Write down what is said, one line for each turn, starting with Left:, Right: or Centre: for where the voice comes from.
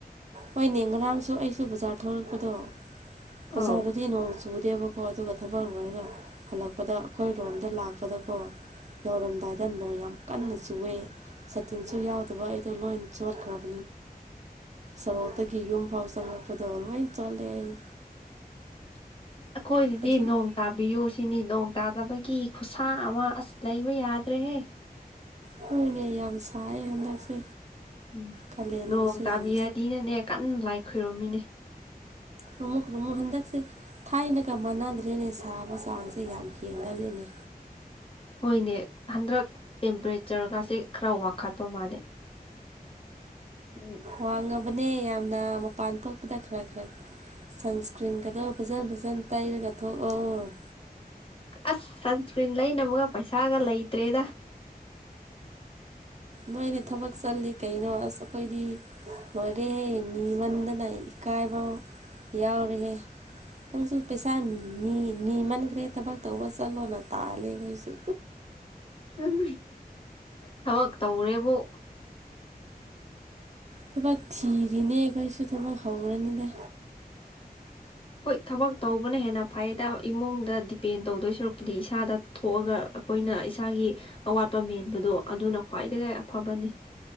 Right: ꯍꯣꯏꯅꯦ ꯉꯔꯥꯡꯁꯨ ꯑꯩꯁꯨ ꯕꯖꯥꯔ ꯊꯂꯛꯄꯗꯣ ꯄꯁꯥꯔꯗꯤ
Left: ꯑꯧ
Right: ꯅꯣ ꯁꯨꯗꯦꯕ ꯀꯣ ꯑꯗꯨꯒ ꯊꯕꯛ ꯂꯣꯏꯔꯒ ꯍꯜꯂꯛꯄꯗ ꯑꯩꯈꯣꯏ ꯔꯣꯝꯗ ꯂꯥꯛꯄꯗꯀꯣ ꯌꯧꯔꯝꯗꯥꯏꯗ ꯅꯣꯡ ꯌꯥꯝ ꯀꯟꯅ ꯆꯨꯏꯦ ꯁꯇꯤꯟꯁꯨ ꯌꯥꯎꯗꯕ ꯑꯩꯗꯣ ꯂꯣꯏ ꯆꯣꯠꯈ꯭ꯔꯕ
Left: <unintelligible>
Right: ꯁꯣꯔꯣꯛꯇꯒꯤ ꯌꯨꯝꯐꯥꯎ ꯆꯪꯪꯂꯉꯛꯄꯗꯣ ꯂꯣꯏ ꯆꯣꯂꯦ ꯑꯩ
Left: ꯑꯁ ꯑꯩꯈꯣꯏꯗꯗꯤ
Right: ꯍꯧꯖꯤꯛ
Left: ꯅꯣꯡ ꯇꯥꯕꯤꯌꯨ ꯁꯤꯅꯤ ꯅꯣꯡ ꯇꯥꯗꯕꯒꯤ ꯀꯤ ꯈꯨꯠꯁꯥ ꯑꯃ ꯑꯁ ꯂꯩꯕ ꯌꯥꯗ꯭ꯔꯦꯍꯦ
Right: ꯍꯣꯏꯅꯦ ꯌꯥꯝ ꯁꯥꯏ ꯍꯟꯗꯛꯁꯦ
Left: ꯎꯝ
Right: ꯀꯥꯂꯦꯟꯒꯤꯁꯦ
Left: ꯅꯣꯡ ꯇꯥꯕꯤꯔꯗꯤꯅꯅꯦ
Right: ꯌꯥꯝ
Left: ꯀꯟꯅ ꯂꯥꯏ ꯈꯣꯏꯔꯣꯃꯤꯅꯦ
Right: ꯔꯨꯃꯨ ꯔꯨꯃꯨꯛ ꯍꯟꯗꯛꯁꯦ ꯊꯥꯏꯅꯒ ꯃꯥꯟꯅꯗ꯭ꯔꯦꯅꯦ ꯁꯥꯕ ꯆꯥꯡꯁꯦ ꯌꯥꯝ ꯍꯦꯟꯒꯂꯅꯦ
Left: ꯍꯣꯏꯅꯦ ꯍꯟꯗꯛ ꯇꯦꯝꯄꯔꯦꯆꯔꯒꯁꯤꯦ ꯈꯔ ꯋꯥꯡꯈꯠꯄ ꯃꯥꯜꯂꯦ ꯎꯝ
Right: ꯋꯥꯡꯉꯕꯅꯦ ꯌꯥꯝꯅ ꯃꯄꯥꯟ ꯊꯣꯛꯄꯗ ꯈꯔ ꯈꯔ ꯁꯟꯁꯀ꯭ꯔꯤꯟꯒꯗꯣ ꯐꯖꯅ ꯐꯖꯅ ꯇꯩꯔꯒ ꯊꯣꯛꯑꯣ
Left: ꯑꯁ ꯁꯟꯁꯀ꯭ꯔꯤꯟ ꯂꯩꯅ ꯑꯃꯒ ꯄꯩꯁꯥꯒ ꯂꯩꯇ꯭ꯔꯦꯗ
Right: ꯃꯣꯏꯅ ꯊꯕꯛ ꯆꯠ ꯀꯩꯅꯣ ꯑꯁ ꯑꯩꯈꯣꯏꯗꯤ ꯂꯣꯏꯔꯦꯍꯦ ꯃꯤꯃꯟꯗꯅ ꯏꯀꯥꯏꯕ ꯌꯥꯎꯔꯤꯍꯦ ꯅꯪꯁꯨ ꯄꯩꯁꯥ ꯅꯤꯃꯟꯈ꯭ꯔꯦ ꯊꯕꯛ ꯇꯧꯕ ꯆꯠꯂꯣꯅ ꯇꯥꯜꯂꯦ ꯑꯩꯈꯣꯏꯁꯨ
Left: ꯎꯝ ꯊꯕꯛ ꯇꯧꯔꯦꯕꯨ
Right: ꯊꯕꯛ ꯊꯤꯔꯤꯅꯦ ꯑꯩꯈꯣꯏꯁꯨ ꯊꯕꯛ ꯍꯧꯔꯅꯤꯗ
Left: ꯍꯣꯏ ꯊꯕꯛ ꯇꯧꯕꯅ ꯍꯦꯟꯅ ꯐꯩꯗ ꯏꯃꯨꯡꯗ ꯗꯤꯄꯦꯟ ꯇꯧꯗꯣꯏ ꯁꯨꯔꯛꯄꯨꯗꯤ ꯏꯁꯥꯗ ꯊꯣꯛꯑꯒ ꯑꯩꯈꯣꯏꯅ ꯏꯁꯥꯒꯤ ꯑꯋꯥꯠꯄ ꯃꯦꯟꯕꯗꯣ ꯑꯗꯨꯅ ꯈ꯭ꯋꯥꯏꯗꯒꯤ ꯑꯐꯕꯅꯤ